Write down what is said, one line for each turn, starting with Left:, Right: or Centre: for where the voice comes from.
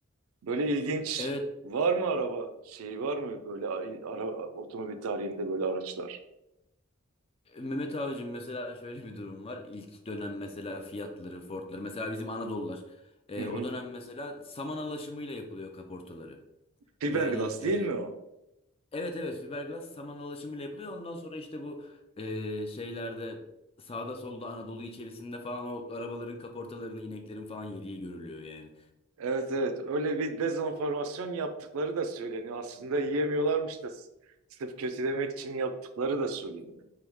Right: Böyle ilginç
Left: Evet
Right: var mı araba şeyi var mı böyle a- ara, otomobil tarihinde böyle araçlar?
Left: Mehmet abicim mesela şöyle bir durum var. İlk dönem mesela fiyatları, fortları mesela bizim Anadolular. e,
Right: Hı hı.
Left: o dönem mesela saman alaşımıyla yapılıyor kaportaları.
Right: Fiberglass
Left: Yani e,
Right: değil mi o?
Left: evet evet fiberglass saman alaşımıyla yapılıyor. Ondan sonra işte bu e, şeylerde sağda solda Anadolu içerisinde falan o arabaların kaportalarını ineklerin falan yediği görülüyor yani.
Right: Evet evet öyle bir dezenformasyon yaptıkları da söyleniyor. Aslında yiyemiyorlarmış da s- sırf kötülemek için yaptıkları da söyleniyor.